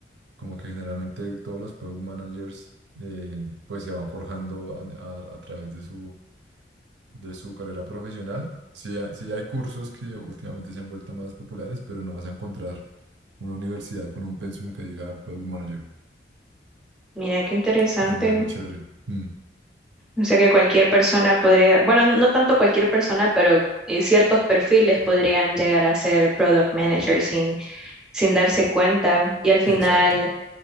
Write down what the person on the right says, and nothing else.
como que generalmente todos los product managers eh, pues se van forjando a, a- a través de su, de su carrera profesional. Sí, ha- sí hay cursos que últimamente se han vuelto más populares, pero no vas a encontrar una universidad con un pensum que diga product manager,
que también es lo chévere. Mm,
exacto.